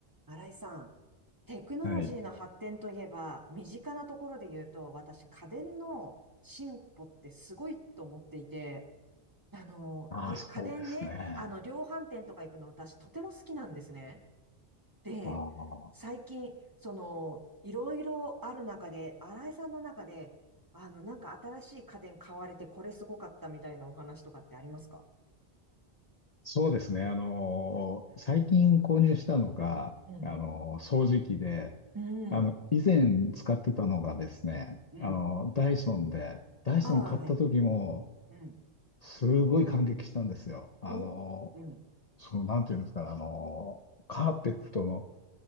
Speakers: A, on the right (about 20°); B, on the left (about 40°).
A: 新井さん、テクノロジーの発展といえば、
B: はい。
A: 身近なところで言うと、私、家電の進歩ってすごいと思っていて、あの、
B: ああ、
A: い家電ね、
B: そうですね。
A: あの、量販店とか行くの私、とても好きなんですね。で、
B: ああ、
A: 最近、その、いろいろある中で、新井さんの中で、あの、なんか新しい家電買われて、これすごかったみたいなお話とかってありますか
B: そうですね。あのー最近購入したのが、
A: うん。
B: あのー掃除機で、
A: うん。
B: あの、以前使ってたのがですね、
A: うん。
B: あのダイソンで、ダイソン買った時も、
A: ああ、はい。うん。
B: すごい感激したんですよ。あの
A: お。うん。
B: ーその、なんていうんですかね、あのーカーペットの